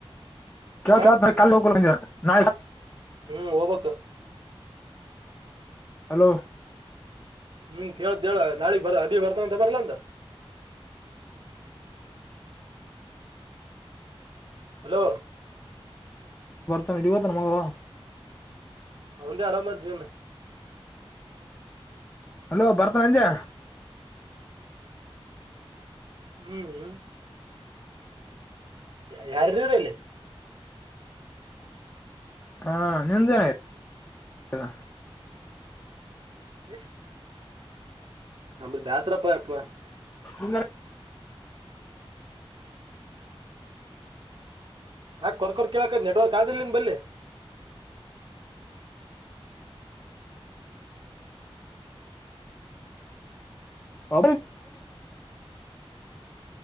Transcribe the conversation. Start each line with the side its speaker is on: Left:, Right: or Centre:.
Left: ಕವ
Right: ಹ
Left: ಚೆ ಕ ಹಕಲ ನ
Right: ಹ್ಮ್ ಹೋಗ್ಕ್
Left: ಹಲೋ
Right: ಹ್ಮ್ ಕೆೇಳ ದೇವ ನಳ ಭ ಅಬಿ ಭರ್ತ ತಬರ್ಲ್ಲಂತ ಹಲೋ
Left: ಬರ್ತನ್ ಇಡಿವತನ್ ಮಗವಾ
Right: ಹೌಂದ ಹರಾಮರ್ಜಿ ಒನ್ನ
Left: ಹಲೋ ಭರ್ತನಂಜ್ಯ
Right: ಹ್ಮ್ ಹ್ಮ ಯಾರರರಲ್ಲ
Left: ಹಾ ನಿಮ್ದೇನಯ್ತು
Right: ಎ ನಮ್ಮ ಬಸರಪ್ಪ ಇಪ್ಪ
Left: ಅಂದ
Right: ನಾ ಕೊರ್ಕರ್ ಕೇಳಕ ನೆಟ್ವರ್ಕ್ ಆದಿಲ್ಲ ನೀನ್ ಬಲ್ಲಿಿ
Left: ಮ